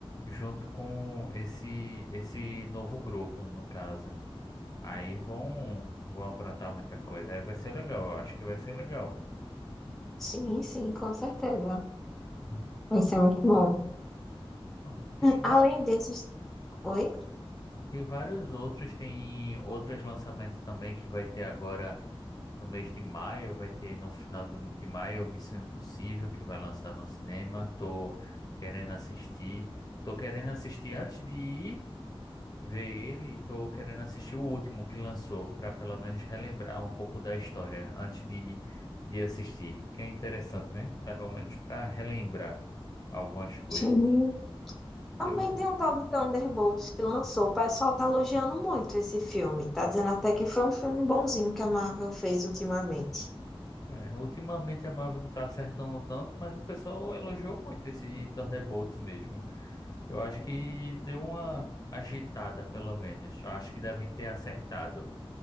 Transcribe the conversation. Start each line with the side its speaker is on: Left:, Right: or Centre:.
Left: junto com esse esse novo grupo, no caso. Aí vão vão aprontar muita coisa. Aí vai ser legal, eu acho que vai ser legal.
Centre: Sim, sim, com certeza. Vai ser muito bom.
Left: Ó, Tem
Centre: Além
Left: va-
Centre: desses. Oi?
Left: tem vários outros, tem outros lançamentos também que vai ter agora No mês de maio vai ter, no final do- de maio, Missão Impossível, que vai lançar no cinema. Tô querendo assistir. Tô querendo assistir antes de ir ver ele. Tô querendo assistir o último que lançou, para pelo menos relembrar um pouco da história antes de, de assistir. Que é interessante, né? Pelo menos para relembrar algumas coisas.
Centre: Sim. Também
Left: Que eu,
Centre: tem um tal de Thunderbolts que lançou. O pessoal tá elogiando muito esse filme. Tá dizendo até que foi um filme bonzinho que a Marvel fez ultimamente.
Left: é, ultimamente a Marvel não tá acertando tanto, mas o pessoal elogiou muito esse Thunderbolts mesmo. Eu acho que deu uma agitada, pelo menos. Eu acho que devem ter acertado.